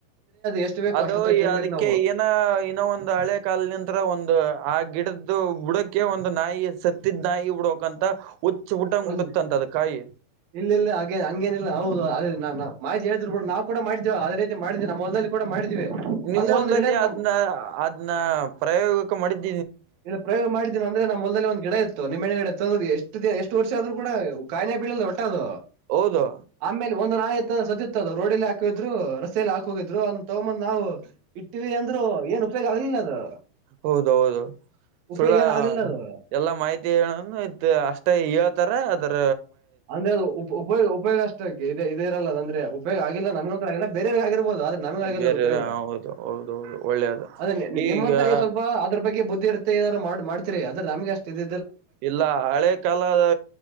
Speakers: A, on the right; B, on the right.
A: ಎಷ್ಟು ಬೇಕು
B: ಅದು
A: ಅಷ್ಟೊತ್ತ ತಿನ್ಬೇಕು
B: ಅದಕ್ಕೆ
A: ನಾವು
B: ಏನ ನೋ ಒಂದು ಹಳೆ ಕಾಲ್ ನಂತ್ರ ಒಂದು ಆ ಗಿಡದ್ದು ಬುಡಕ್ ಒಂದು ನಾಯಿ ಸತ್ತಿದ್ ನಾಯಿ ಬಿಡ್ಬೇಕಂತ ಹುಚ್ಚ್ ಬಿಟ್ಟಂಗ್
A: ಒಳ್ಳೆ
B: ಬಿಡುತ್ತಂತ ಅದ ಕಾಯಿ
A: ಇಲ್ಲ ಇಲ್ಲ ಹಾಗೇ ಹಂಗೇನಿಲ್ಲ ಹೌದು ಅ ನಾ ನ ಮಾ್ತಿ ಹೇಳಿದ್ ಬಿು ನಾವುೂಡ ಮಾಡ್ವ ಅದೇೀತಿ ಮಾಡ್ವಿ ನಮ್ಮ ಹೊಲದಲ್ಲಿ ಕೂಡ ಮಾಡಿದ್ವಿ
B: ನಿಮ್
A: ಅಂದ್ರೆ
B: ಹೊಲದಲ್ಲಿ
A: ಒಂದು ಗಿಡ ಇತ್ತು ನಮ್
B: ಅದ್ನ್ನ ಅದ್ನ್ನ ಪ್ರಯೋಗಕ್ಕೆ ಮಾಡಿದ್ದ
A: ಇಲ್ಲ ಪ್ರಯೋಗ ಮಾಡಿದ್ದನಿ ಅಂದ್ರೆ ನಮ್ಮ ಹೊಲ್ದಲ್ಲಿ ಒಂದು ಗಿಡ ಇತ್ತು ನಿಮ್ಮ ಎಳಗಡೆ ತಂದೋದು ಎಷ್ಟು ದಿನ ಎಷ್ಟು ವರ್ಷ ಆದ್ರೂ ಕೂಡ ಕಾಯನೆ ಬಳಲ್ ಒಟ್ಟ ಅದು
B: ಹೌದು
A: ಆಮೇಲೆ ಒಂದು ನಾಯ ಸತ್ತುತ್ತ ಅ ರೋಡ್ಲ್ಲಿ ಹಾಕಿದ್ರು ರಸ್ತೆಯಲ್ಲಿ ಹಾಕ ಹೋಗಿದ್ರು ಅ್ ತಗೊ್ ನಾವು ಇಟ್ಟೀಿವ ಅಂದ್ರರು ಏನ್ ಉಪಯೋಗ ಆಗ್ಲಿಲ್ಲ ಅದು
B: ಹೌದೌದು
A: ಉಪಯೋಗ
B: ಸುಳ್ಳ
A: ಏನ್ ಆಗ್ಲಿಲ್ಲ ಅದು
B: ಎಲ್ಲಾ ಮಾಹಿತಿನು ಇ ಅಷ್ಟೇ ಹೇಳ್ತಾರ ಅದ್ರ
A: ಅಂದ್ರೆ ಅ ಉಪಯೋಗ ಉಪಯೋಗ ಅಷ್ಟ ಇ ಇದ ಇರಲ್ಲ ಅ್ರೆ ಉಪಯೋಗ ಆಗಿಲ್ಲ ನಮ್ಗಂಂತತ್ರ ಆಗಿಲ್ಲ ಬೇರೆಗ ಆದ್ರೆ ನಮಗಲ್ಲ
B: ಬೇರೆ
A: ಉಪಯೋಗ
B: ಹೌದು ಹೌದೌದು ಒಳ್ಳೇದು
A: ಅ ನಿಮ್ಮಂತರಿಗೆ
B: ಈಗ
A: ಸ್ವಲ್ಪ ಅದ್ರ ಬಗ್ಗೆ ಬುದ್ಧಿ ಇರುತ್ತೆ ಏಾದ್ ಮಾಡ್ತೀರಿ ಅ್ರ ನಮ್ಗೆ ಅಷ್ಟ ಇದ
B: ಇಲ್ಲ ಹಳೆ ಕಾಲದ